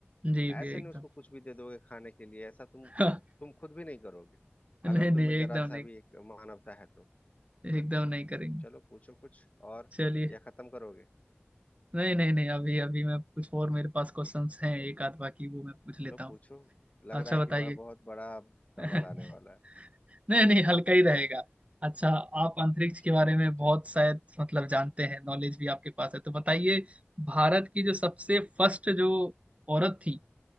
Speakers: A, on the right (about 30°); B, on the left (about 35°).
A: जी भैया
B: ऐसे
A: एकदम
B: नहीं उसको कुछ भी दे दोगे खाने के लिए ऐसा तुम
A: <laughs>
B: तुम खुद भी नहीं करोगे
A: नहीं
B: अगर
A: नहीं
B: तुम्हें
A: एकदम
B: जरा सा
A: नहीं
B: भी एक मानवता है तो ना
A: एकदम नहीं करेंगे
B: चलो पूछो कुछ और
A: चलिए
B: या खत्म करोगे
A: नहीं नहीं नहीं अभी अभी मैं कुछ और मेरे पास क्वेश्चंस हैं एक आध बाकी वो मैं पूछ लेता
B: चलो
A: हूँ
B: पूछो लग
A: अच्छा
B: रहा है कि
A: बताइए
B: बड़ा बहुत
A: <laughs>
B: बड़ा सवाल
A: नहीं
B: आने वाला है
A: नहीं हल्का ही रहेगा अच्छा आप अंतरिक्ष
B: ठीक
A: के बारे
B: है
A: में बहुत
B: ठीक
A: शायद मतलब जानते हैं नॉलेज भी आपके पास है तो बताइए भारत की जो सबसे फर्स्ट जो औरत थी